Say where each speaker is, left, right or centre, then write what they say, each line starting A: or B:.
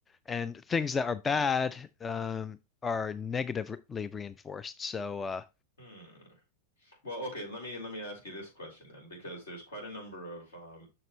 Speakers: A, on the left; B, on the left.
A: and things that are bad um are negatively reinforced. So uh,
B: Hmm. Well, okay, let me let me ask you this question then, because there's quite a number of um,